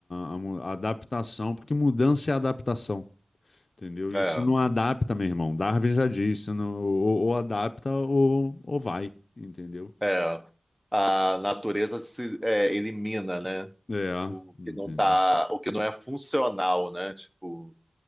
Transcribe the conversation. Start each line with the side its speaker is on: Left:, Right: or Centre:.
Left: a- a mu- a adaptação, porque mudança é adaptação, entendeu?
Centre: É.
Left: E se não adapta, meu irmão, Darwin já disse, se não, ou, ou adapta ou, ou vai, entendeu?
Centre: É, a natureza se é, elimina, né?
Left: É,
Centre: O
Left: entendeu?
Centre: que não tá, o que não é funcional, né? Tipo,